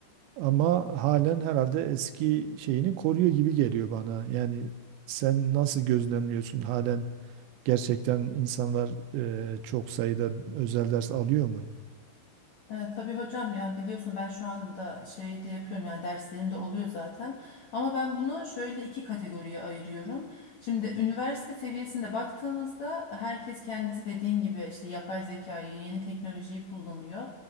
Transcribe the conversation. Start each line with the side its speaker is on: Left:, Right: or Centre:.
Right: Ama halen herhalde eski şeyini koruyor gibi geliyor bana. Yani sen nasıl gözlemliyorsun halen? Gerçekten insanlar e, çok sayıda özel ders alıyor mu?
Left: E, tabii hocam yani biliyorsun ben şu anda şey de yapıyorum yani derslerimde oluyor zaten. Ama ben bunu şöyle iki kategoriye ayırıyorum. Şimdi üniversite seviyesinde baktığımızda herkes kendisi dediğin gibi işte yapay zekayı, yeni teknolojiyi kullanıyor.